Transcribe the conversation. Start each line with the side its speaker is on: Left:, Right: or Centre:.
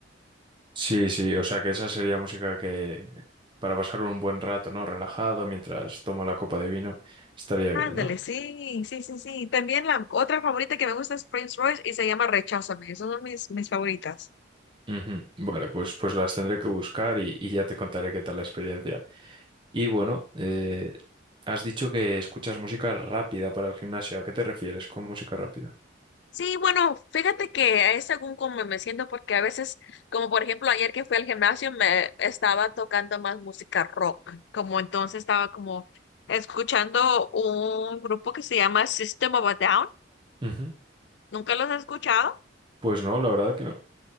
Right: Sí, sí, o sea que esa sería música que para pasar un buen rato, ¿no? Relajado mientras tomo la copa de vino, estaría bien,
Left: Ándale,
Right: ¿no?
Left: sí, sí, sí, sí. También la otra favorita que me gusta es Prince Royce y se llama Recházame. Esas son mis, mis favoritas.
Right: Ujú. Vale, pues, pues las tendré que buscar y, y ya te contaré qué tal la experiencia. Y bueno, eh, has dicho que escuchas música rápida para el gimnasio. ¿A qué te refieres con música rápida?
Left: Sí, bueno, fíjate que es según cómo me siento, porque a veces, como por ejemplo ayer que fui al gimnasio, me estaba tocando más música rock, como entonces estaba como escuchando un grupo que se llama System of a Down.
Right: Ujú.
Left: ¿Nunca los has escuchado?
Right: Pues no, la verdad que no.